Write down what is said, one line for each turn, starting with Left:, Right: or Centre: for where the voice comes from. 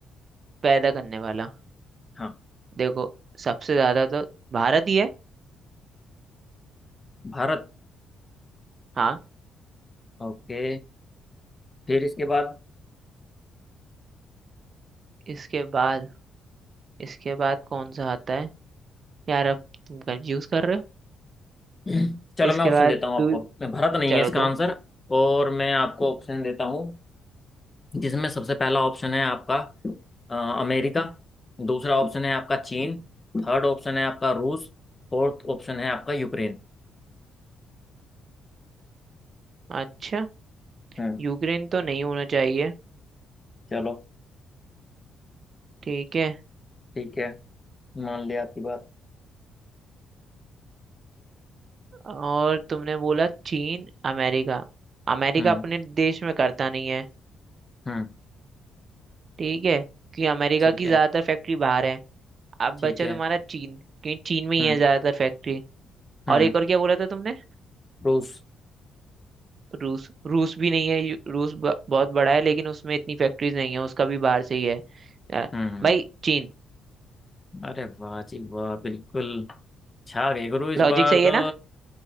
Right: पैदा करने वाला
Left: हाँ
Right: देखो सबसे ज्यादा तो भारत ही है
Left: भारत
Right: हाँ
Left: ओके फिर इसके बाद
Right: इसके बाद इसके बाद कौन सा आता है यार अब तुम कंफ्यूज कर रहे हो
Left: <clears throat> चलो
Right: इसके
Left: मैं ऑप्शन
Right: बाद
Left: देता हूँ आपको
Right: दू-
Left: भारत नहीं
Right: चलो
Left: है इसका
Right: दो
Left: आंसर और मैं आपको ऑप्शन देता हूँ जिसमें सबसे पहला ऑप्शन है आपका अ, अमेरिका दूसरा ऑप्शन है आपका चीन थर्ड ऑप्शन है आपका रूस फोर्थ ऑप्शन है आपका यूक्रेन
Right: अच्छा
Left: हम्म
Right: यूक्रेन तो नहीं होना चाहिए
Left: चलो
Right: ठीक है
Left: ठीक है मान लिया आपकी बात
Right: और तुमने बोला चीन अमेरिका अमेरिका
Left: हम्म
Right: अपने देश में करता नहीं है
Left: हम्म
Right: ठीक है कि अमेरिका
Left: ठीक
Right: की
Left: है
Right: ज्यादातर फैक्ट्री बाहर है अब
Left: ठीक
Right: बचा
Left: है
Right: तुम्हारा चीन क्योंकि चीन में ही
Left: हम्म
Right: है ज्यादातर फैक्ट्री
Left: हम्म
Right: और एक और क्या बोला था तुमने
Left: रूस
Right: रूस रूस भी नहीं है यू- रूस ब, बहुत बड़ा है लेकिन उसमें इतनी फैक्ट्रीज नहीं है उसका भी बाहर से ही है अ,
Left: हम्म
Right: भाई चीन
Left: अरे वाह जी वाह बिल्कुल छा गए गुरु इस
Right: लॉजिक
Left: बार
Right: सही है
Left: तो
Right: ना